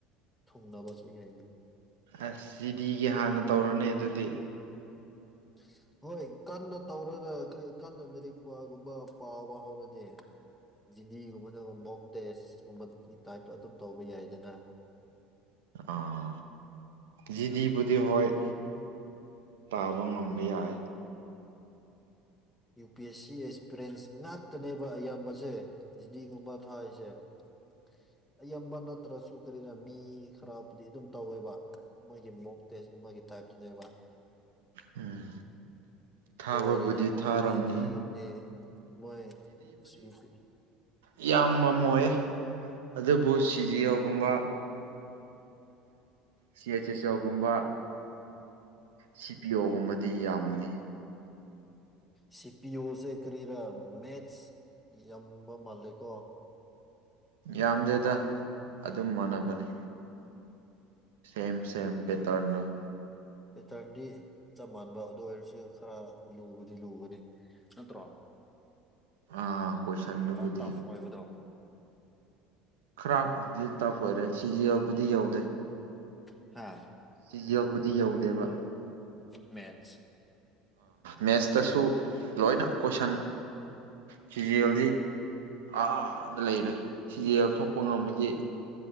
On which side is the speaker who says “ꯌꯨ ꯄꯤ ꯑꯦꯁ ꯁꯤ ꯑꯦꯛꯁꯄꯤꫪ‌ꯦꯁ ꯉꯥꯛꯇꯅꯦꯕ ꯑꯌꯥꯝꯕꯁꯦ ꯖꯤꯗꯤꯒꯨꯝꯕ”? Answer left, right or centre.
Centre